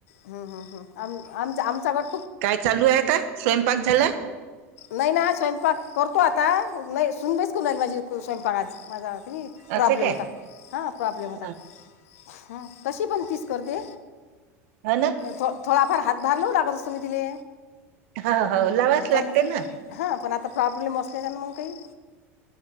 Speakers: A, on the left (about 75°); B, on the right (about 70°).
A: हम्म हम् हम् आम आमचा गड.
B: काय चालू आहे आ का स्वयंपाक झाला?
A: नाही ना स्वयंपाक करतो आता नाही सुन बाईच करून राहील माझी स्वयंपाक आज माझा. त प्रॉब्लेम
B: असं काय
A: होता हां प्रॉब्लेम होता
B: हा.
A: ह तशी पण तीस करते.
B: ह ना.
A: थो थोडाफार हातभार लावऊ लागत असतो मी तिले.
B: ह हो लावाच
A: पण
B: लागते
A: ती-
B: ना.
A: हां पण आता प्रॉब्लेम असल्या कारण मग काही